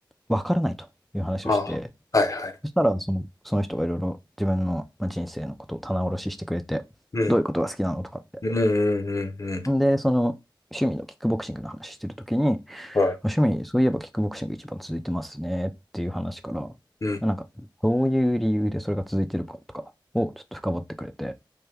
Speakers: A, in the centre; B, on the left (about 40°).
A: わからないという話をして、
B: ああ。はいはい。
A: そしたら、その、その人がいろいろ自分の、まあ、人生のことを棚卸ししてくれて、
B: うん。
A: どういうことが好きなのとかって。
B: うんうんうんうん。
A: んで、その、趣味のキックボクシングの話してるときに、
B: はい。
A: 趣味、そういえばキックボクシング一番続いてますねっていう話から、
B: うん。
A: なんか、どういう理由でそれが続いてるかとかをちょっと深掘ってくれて、